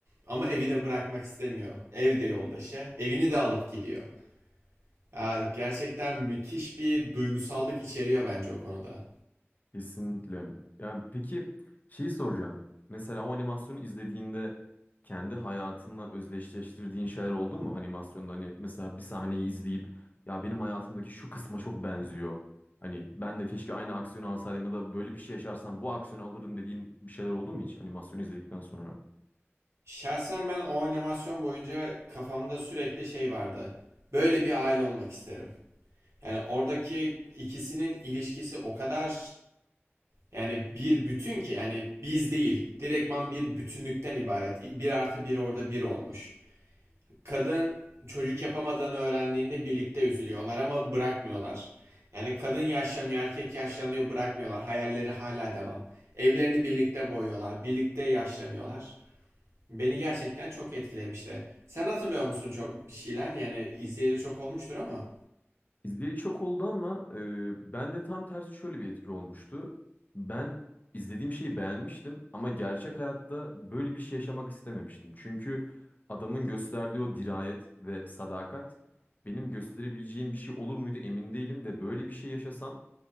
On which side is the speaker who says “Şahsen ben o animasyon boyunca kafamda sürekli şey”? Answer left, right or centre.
Right